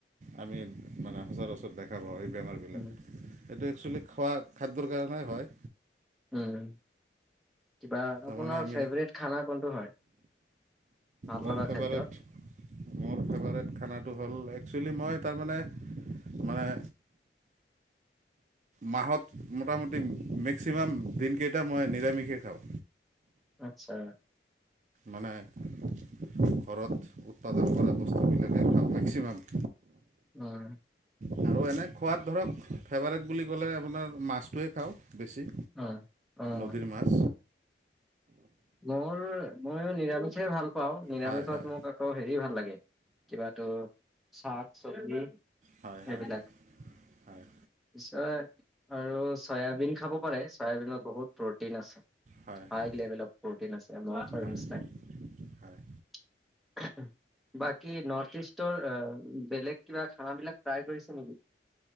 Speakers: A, on the right; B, in the centre.
A: আমি মানে সচৰাচৰ দেখা পোৱা হয় বেমাৰবিলাক
B: উম
A: এই। এইটো একচুৱেলি খোৱা খাদ্যৰ কাৰণেই হয়।
B: উম কিবা
A: তাৰমানে
B: আপোনাৰ
A: আমি
B: ফেভাৰট খানা কোনটো হয়? ভাল
A: মোৰ
B: লগা
A: ফেভাৰট
B: খাদ্য?
A: মোৰ ফেভাৰট খানা তোৰ হল' এক্সলি মই তাৰ মানে মানে মাহত মোটামুটি মেক্সিমাম দিনকেইটা মই নিৰামিষে খাওঁ।
B: আচ্ছা।
A: মানে ঘৰত উৎপাদন কৰা বস্তুবিলাক মেক্সিমাম
B: উম,
A: আৰু এনে খোৱাত ধৰক ফেভাৰেট বুলি ক'লে আপোনাৰ মাছটোৱে খাওঁ। বেছি
B: উম, অ',
A: নদীৰ মাছ।
B: মোৰ ময়ো নিৰামিষে ভাল পাও, নিৰামিষত
A: হয় হয়
B: মোক আকৌ হেৰি ভাল লাগে, কিবাটো শাক -চবজি সেইবিলাক,
A: হয় হয় হয়
B: পিছত আৰু চয়াবিন খাব পাৰে, চয়াবিনত বহুত প্ৰটিন আছে
A: হয় হয়
B: হাই লেভেলত। প্ৰটিন আছে মই ফাৰ্ষ্ট
A: হয়
B: টাইম।
A: হয়
B: বাকী নৰ্থ ইষ্টৰ এ বেলেগ কিবা খানাবিলাক ট্ৰাই কৰিছে নেকি?